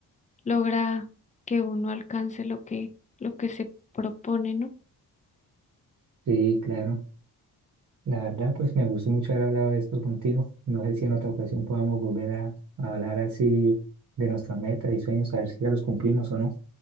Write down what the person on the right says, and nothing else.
Sí, claro. La verdad, pues me gustó mucho haber hablado de esto contigo. No sé si en otra ocasión podamos volver a, a hablar así de nuestras metas y sueños, a ver si ya los cumplimos o no.